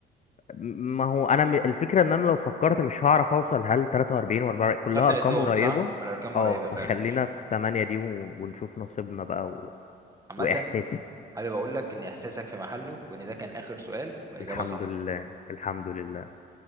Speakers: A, on the left (about 40°); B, on the right (about 15°).
A: م- ما هو انا م- الفكره ان انا لو فكرت مش هعرف اوصل هل 43 و4 كلها
B: مش عارف تعدهم
A: ارقام قريبه
B: صح الارقام
A: اه
B: قريبه
A: فخلينا
B: فعلا مم.
A: في 8 دي ون- ونشوف نصيبنا بقى و...
B: عامه
A: واحساسي
B: حابب اقول لك ان احساسك في محله وان ده كان اخر سؤال واجابه
A: الحمد
B: صح
A: لله الحمد لله